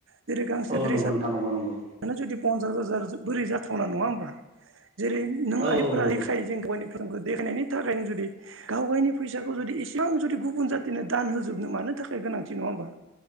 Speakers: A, on the right; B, on the right.
A: जेरै गांसे
B: औ
A: ड्रेसानो
B: नंगौ नोंथां नंगौ नंगौ।
A: जुदि पन्सास हाजार बोरै जाथावना नङा होमबा। जेरै नों
B: औ
A: आइफोरा
B: औ नंगौ
A: रैखाय जों गावनि खौ देखायनायनि थाखायनो जुदि गाव गावनि फैसाखौ जुदि इसेबां जुदि गुबुन जाथिनो दान होजोबनो मानो थाखाय गोनांथि नङा होनबा